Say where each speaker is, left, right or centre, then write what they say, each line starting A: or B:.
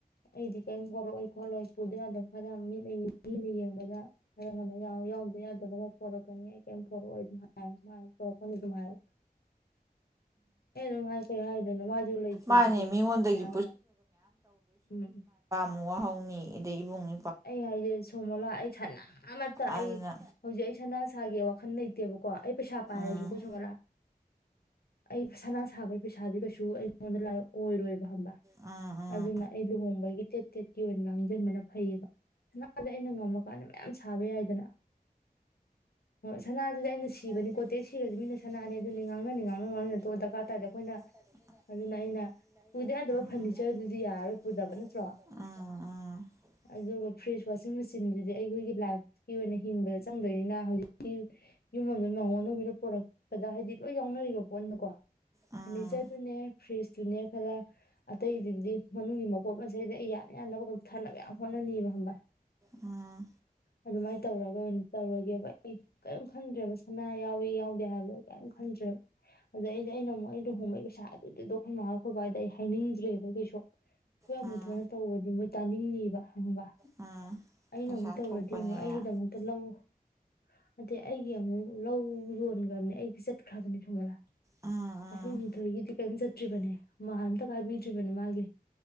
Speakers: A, on the left; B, on the right.
A: ꯑꯩꯗꯤ ꯀꯔꯤꯝ ꯂꯛꯑꯣꯣꯏ ꯈꯣꯠꯂꯣꯏ ꯄꯨꯗ ꯌꯥꯗꯕ ꯈꯔ ꯃꯤꯅ ꯃꯤꯅ ꯌꯦꯡꯕꯗ ꯈꯔ ꯈ ꯌꯥꯎꯗꯕ ꯌꯥꯗꯕ ꯈꯔ ꯄꯣꯔꯛꯀꯅꯤ ꯑꯩ ꯀꯔꯤꯝ ꯄꯣꯔꯛꯑꯣ ꯑꯗꯨ ꯍꯥꯏꯔꯣꯔꯛꯀꯅꯤ ꯑꯗꯨꯝ ꯍꯥꯏꯔ ꯑ ꯃꯥꯥꯏ ꯀ ꯍꯥꯏꯗꯅ ꯃꯥꯖ ꯂ ꯆ
B: ꯃꯥꯅꯦ
A: ꯁꯤꯗꯤ
B: ꯃꯤꯉꯣꯟꯗꯒꯤ
A: ꯃ ꯑ ꯎꯝ
B: ꯃ ꯍꯥꯎꯅꯤ ꯏꯕꯨꯡꯉ
A: ꯑꯩ ꯍꯥꯏꯁꯦ ꯁꯣꯃꯣꯂꯥ ꯑꯩ ꯁꯅꯥ ꯑꯃꯇ
B: ꯑꯗꯨꯅ
A: ꯑꯩ ꯍꯧꯖꯤꯛ ꯑꯩ ꯁ ꯏꯁꯥꯒꯤ ꯋꯥꯈꯜ ꯂꯩꯇꯦꯕꯀꯣ ꯑꯩ ꯄꯩꯁꯥ ꯄꯥꯏꯔꯁꯨꯀꯣꯁꯨ
B: ꯎꯝ
A: ꯃꯂꯥ ꯑꯩ ꯁꯅꯥ ꯁꯥꯕꯒꯤ ꯄꯩꯁꯥꯗꯤ ꯀꯩꯁꯨ ꯑꯩꯉꯣꯟꯗ ꯂꯑꯣ ꯑꯣꯏꯔꯣꯏꯕ ꯍꯕ
B: ꯎꯝ
A: ꯑꯗꯨꯅ ꯏꯂ ꯍ ꯑꯃꯒꯤꯣꯏꯒꯤ ꯇꯦꯠ ꯇꯦꯠꯀꯤ ꯑꯣꯏꯅ ꯂꯥꯡꯁꯤꯟꯕꯅ ꯐꯩꯌꯦꯕ ꯁꯅꯥꯗ ꯑꯩꯅ ꯉꯝꯃꯀꯥꯟꯗ ꯃꯌꯥꯝ ꯁꯥꯕ ꯌꯥꯏꯗꯅ ꯁꯅꯥꯁꯤꯗ ꯑꯩꯅ ꯁꯤꯕꯅꯤꯀꯣ
B: ꯑ
A: ꯇꯦꯛ ꯁꯤꯔꯁꯨ ꯃꯤꯅ ꯁꯅꯥꯅꯦ ꯑꯗꯨꯅꯤ ꯉꯥꯡꯅꯅꯤ ꯉꯥꯡꯅ ꯉꯥꯡꯅꯅ ꯇꯣꯛ ꯗꯔꯀꯥꯔ ꯇꯥꯔꯗꯤ ꯑꯩꯈꯣꯏꯅ ꯑꯗꯨꯅ ꯑꯩꯅ ꯄꯨꯗ ꯌꯥꯗꯕ ꯐꯔꯅꯤꯆꯔꯗꯨꯗꯤ ꯌꯥꯔꯔꯣꯏ ꯄꯨꯗꯕ ꯅꯠꯇ꯭ꯔꯣ ꯑꯗꯨꯒ ꯐ꯭ꯔꯤꯖ ꯋꯥꯁꯤꯡ ꯃꯦꯆꯤꯟꯗꯨꯗꯤ ꯑꯩꯈꯣꯏꯒꯤ ꯂꯥꯏꯐꯀꯤ ꯑꯣꯏꯅ ꯍꯤꯡꯕꯗ ꯆꯪꯗꯣꯏꯅꯤꯅ ꯍꯧꯖꯤꯛꯇꯤ ꯌꯨꯝ ꯑꯃꯗ ꯅ ꯑꯅꯨꯒꯤꯅ ꯄꯨꯔꯛꯄꯗ ꯍꯥꯏꯗꯤ ꯂꯣꯏ ꯌꯥꯎꯅꯔꯤꯕ ꯄꯣꯠꯅꯀꯣ
B: ꯎꯝ ꯎꯝ
A: ꯐꯔꯅꯤꯆꯔꯗꯨꯅꯦ ꯐ꯭ꯔꯤꯖꯇꯨꯅꯦ ꯈꯔ ꯑꯇꯩꯗꯨꯕꯨꯗꯤ ꯃꯅꯨꯡꯒꯤ ꯃꯄꯣꯠ ꯃꯆꯩꯗ ꯑꯩ ꯌꯥꯅ ꯌꯥꯅꯕꯒꯝ ꯊꯟꯅꯅꯕ ꯌꯥꯝ ꯍꯣꯠꯅꯅꯤꯕ ꯈꯕ
B: ꯎꯝ
A: ꯑꯗꯨꯃꯥꯏꯅ ꯇꯧꯔꯒ ꯑꯣꯏꯅ ꯇꯧꯔꯒꯦꯕ ꯑꯩ ꯀꯔꯤꯝ ꯈꯟꯗ꯭ꯔꯦꯕ ꯁꯅꯥ ꯌꯥꯎ ꯌꯥꯎꯗꯦ ꯍꯥꯏꯕꯗꯣ ꯀꯝ ꯈꯟꯗ꯭ꯔꯦꯕ ꯑꯗ ꯑꯩꯗꯤ ꯑꯩꯅ ꯑꯃꯨꯛ ꯑ ꯂꯨꯍꯣꯡꯕꯩ ꯄꯩꯁꯥ ꯑꯗꯨꯗꯨꯗꯣ ꯑꯩꯈꯣꯏ ꯃꯥꯥꯂ ꯈꯣꯣꯏꯄ ꯍꯥꯏꯗ ꯑꯩ ꯍꯥꯏꯅꯤꯡꯗ꯭ꯔꯦꯕ ꯀꯩꯁꯨ ꯑꯩꯈꯣꯏ
B: ꯎꯝ
A: ꯑꯃꯨꯛ ꯊꯣꯏꯅ ꯇꯧꯕꯗꯤ ꯃꯣꯏ ꯇꯥꯅꯤꯡꯅꯤꯕ ꯈꯪꯕ
B: ꯎꯝ
A: ꯑꯩꯅ
B: ꯄꯩꯁꯥ
A: ꯑꯃꯨꯛ ꯇꯧꯔꯗꯤ
B: ꯊꯣꯛꯄꯅꯤꯅ
A: ꯑꯃꯨꯛ ꯑꯩꯒꯤꯗꯃꯛꯇ ꯂꯧꯎ ꯑꯗꯩ ꯑꯩꯒꯤ ꯑꯃꯨꯛ ꯂꯧ ꯌꯣꯟꯈ꯭ꯔꯕꯅꯦ ꯑꯩꯗꯤ ꯆꯠꯈ꯭ꯔꯕꯅꯤ ꯊꯣꯃꯣꯂꯥ
B: ꯎꯝ
A: ꯑꯩꯈꯣꯏ ꯑꯃꯊꯣꯏꯒꯤꯗꯤ ꯀꯔꯤꯝ ꯆꯠꯇ꯭ꯔꯤꯕꯅꯦ ꯃꯥ ꯑꯝꯇ ꯀꯥꯏꯕꯤꯗ꯭ꯔꯤꯕꯅꯤ ꯃꯥꯒꯤ